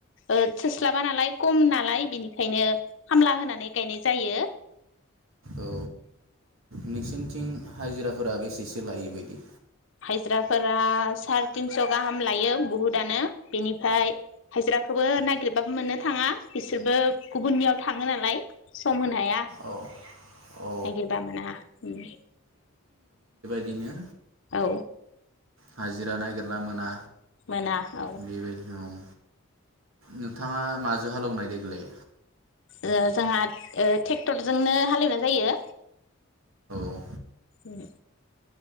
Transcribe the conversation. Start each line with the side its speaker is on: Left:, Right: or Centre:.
Left: ओ थोस्लाबा नालाय कम नालाय बिनिखायनो खामला होनानै गायनाय जायो।
Right: औ नोंसोरनिथिं हाजिराफोरा बेसेसो लायो बायदि?
Left: हाजिराफोरा सारि तिनस' गाहाम लायो बुहुदानो बेनिफ्राय हाजिराखोबो नागिरबाबो मोननो थाङा बिसोरबो गुबुननियाव थाङो नालाय सम होनो हाया,
Right: औ औ
Left: नागिरबा मोना। उम।
Right: दिनो।
Left: औ।
Right: हाजिरा नागिरना मोना।
Left: मोना औ
Right: बेबायदिनो औ नोंथाङा मा जों हालौनाय देग्लाय?
Left: ओ जोंहा ओ टेक्टरजोंनो हालेवनाय जायो।
Right: औ
Left: उम।